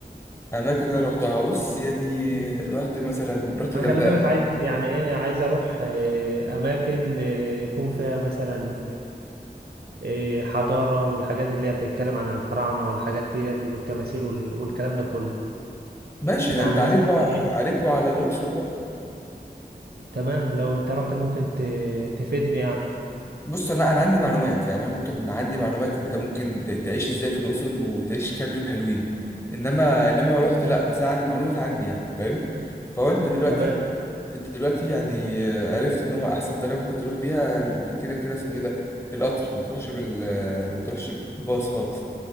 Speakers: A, on the left (about 15°); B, on the right (about 70°).
A: أماكن أنا رحتها بص يعني
B: مم.
A: رحت مثلا رحت
B: انا
A: الغردقة
B: خلي بالك عايز يعني ايه عايز اروح آه، اماكن آه، يكون فيها مثلا آه، حضاره والحاجات اللي هي بتتكلم عن الفراعنه والحاجات ديت والتماثيل وال- والكلام ده كله
A: ماشي ده
B: يعني
A: انت عليك
B: مثلا
A: بقى
B: ايه
A: عليك وعلى الاقصر بقى
B: تمام لو انت رحت ممكن ت- تفيدني يعني
A: بص لا انا عندي معلومات يعني انا ممكن عندي معلومات انت ممكن ت- تعيش ازاي في الاقصر وتعيش كام يوم حلوين انما انما لو رحت لا بس انا عن المعلومات عندي يعني فاهم فهو انت دلوقتي
B: تمام
A: انت دلوقتي يعني آه، عرفت ان هو احسن طريقه ممكن تروح بيها ال- كده كده اسمه ايه ده القطر ما تروحش بال آه، ما تروحش باص خالص